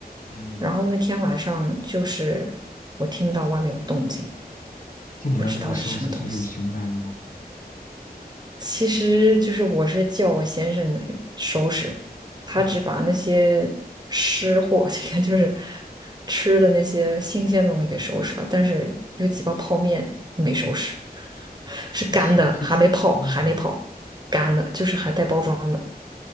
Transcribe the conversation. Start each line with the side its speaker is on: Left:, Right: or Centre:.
Left: 嗯，
Right: 然后那天晚上就是我听到外面有动静，
Left: 就你们没有收拾，
Right: 不知道是什么东西。
Left: 所以有熊来了吗？
Right: 其实就是我是叫我先生那个收拾，他只把那些湿货，
Left: 啊、
Right: <laughs> 这个就是吃的那些新鲜的东西给收拾了，但是有几包泡面没收拾，<laughs> 是干的，
Left: 那熊还吃泡面吗？
Right: 还没泡，还没泡，干的，就是还带包装的。